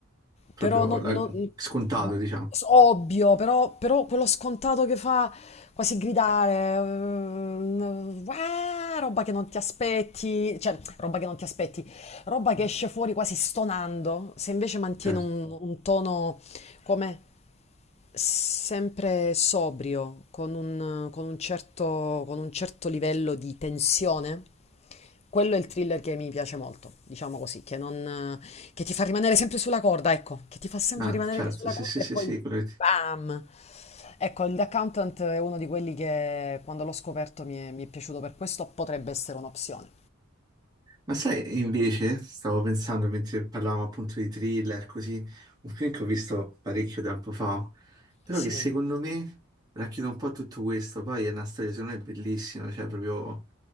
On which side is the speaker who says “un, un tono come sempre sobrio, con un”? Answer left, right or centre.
Left